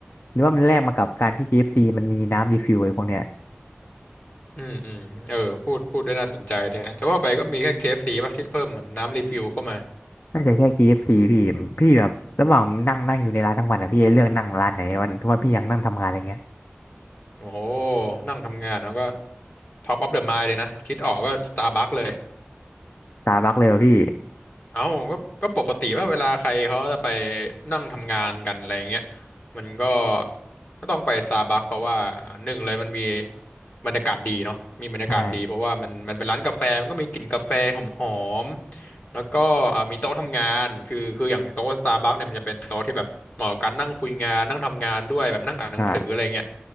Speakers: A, on the left; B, on the left.
A: หรือว่ามันแลกมากับการที่เคเอฟซ c มันมีน้ำรีฟิลไอ้พวกเนี้ย
B: อืมอืมเออพูดพูดด้วยน่าสนใจเนี่ยแต่ว่าไปก็มีแค่ KFC ป่ะที่เพิ่มเหมือนน้ำรีฟิลเข้ามา
A: น่าจะแค่เคเอฟซีพี่พี่แบบระหว่างนั่งนั่งอยู่ในร้านทั้งวันอะพี่เลือกนั่งร้านไหนวันทุกวันพี่ยังนั่งทำงานอะไรเงี้ย
B: โอ้โหนั่งทำงานแล้วก็ท็อปออฟเดอะไมายเลยนะคิดออกก็สตาร์บัคเลย
A: สตาร์บักเลยอะพี่
B: เอ้าก็ก็ปกติว่าเวลาใครเขาจะไปนั่งทำงานกันอะไรเงี้ยมันก็ก็ต้องไปซาบักเพราะว่าหนึ่งเลยมันมีบรรยากาศดีเนาะมีบรรยากาศดีเพราะว่ามันมันเป็นร้านกาแฟมันก็มีกลิ่นกาแฟหอมๆแล้วก็อ่ามีโต๊ะทำงานคือคืออย่างโต๊ะซาบักเนี่ยมันจะเป็นโต๊ะที่แบบเหมาะกับการนั่งคุยงานนั่งทำงานด้วยแบบนั่งอ่านหนังสืออะไรเงี้ย
A: ใช่ใช่